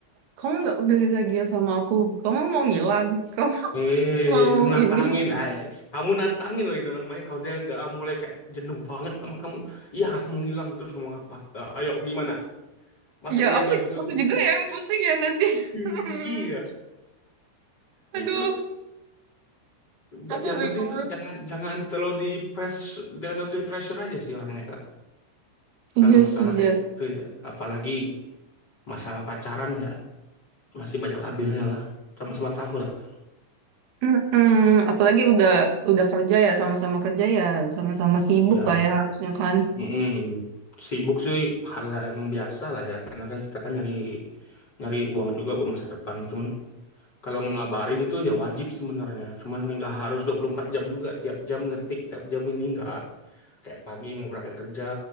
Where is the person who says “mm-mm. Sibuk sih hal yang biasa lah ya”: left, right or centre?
Left